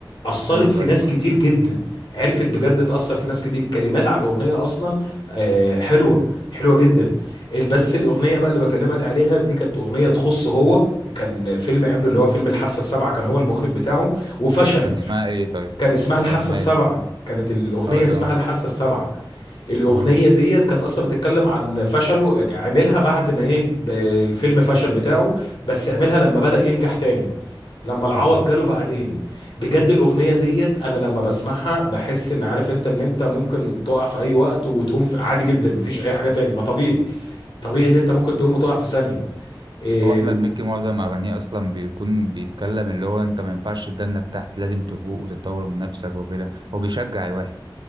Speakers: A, on the left; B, on the right.
A: اثرت
B: ايوه
A: في
B: ايوه
A: ناس كتير جدا عرفت بجد تأثر في ناس كتير الكلمات على الأغنية أصلا آه، حلوه حلوه جدا ال- بس الاغنيه بقى اللي بكلمك عليها دي كانت اغنيه تخصه هو كان فيلم عمله اللي هو فيلم الحاسه السابعه كان هو المخرج بتاعه وفشل
B: كان اسمها ايه طيب
A: كان اسمها الحاسه
B: كان اسمها
A: السابعه
B: ايه
A: كانت الاغنيه
B: هقول
A: اسمها
B: اه
A: الحاسه السابعه الاغنيه
B: اه
A: ديت كانت اصلا بتتكلم عن فشله عملها بعد ما ايه ب- الفيلم فشل بتاعه بس عملها لما بدأ ينجح تاني لما العوض
B: بالظبط
A: جاله بعدين بجد الاغنيه ديت انا لما بسمعها بحس ان عارف انت ان انت ممكن تقع في اي وقت وتقوم في عادي جدا مفيش اي حاجه تاني ما طبيعي طبيعي ان انت ممكن تقوم وتقع في ثانيه إيه
B: هو احمد مكي معظم اغانيه اصلا بيكون بيتكلم اللي هو انت ما ينفعش تدنك تحت لازم تفوق وتتطور من نفسك وكده هو بيشجع الواحد